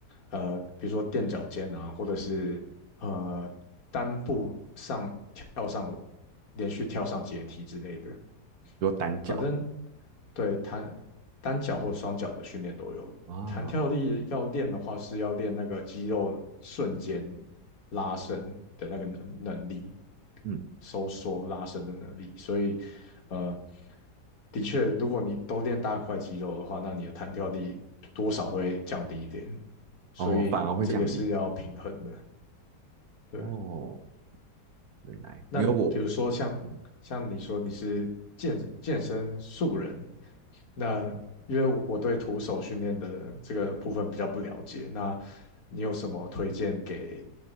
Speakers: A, on the left (about 55°); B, on the right (about 65°).
A: 呃，比如说垫脚尖啊，或者是呃单步上跳上连续跳上阶梯之类的。
B: 如说单脚。
A: 反正对弹单脚或双脚的训练都有。
B: 啊，
A: 弹跳力要练的话，是要练那个肌肉瞬间拉伸的那个能能力，
B: 嗯，
A: 收缩拉伸的能力。所以，呃，的确，如果你都练大块肌肉的话，那你的弹跳力多少会降低一点。所以这个是要平衡的，
B: 哦，反而会降低。
A: 对。
B: 哦，原来，
A: 那比如说像像你说你是健健身素人，
B: 因为我，嗯，
A: 那因为我我对徒手训练的这个部分比较不了解，那你有什么推荐给